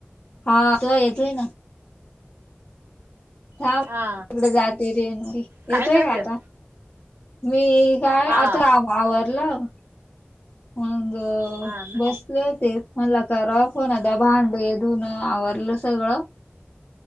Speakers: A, on the left; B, on the right.
A: हा त येतोय ना. तकडे
B: हा
A: जाते रेन
B: काय
A: येतोय
B: करतेस
A: का आता. मी काय
B: हा
A: आता आवरलं म्ह
B: हा ना
A: बसले होते मला का फोन भांडे, दुन आवारलं सगळं.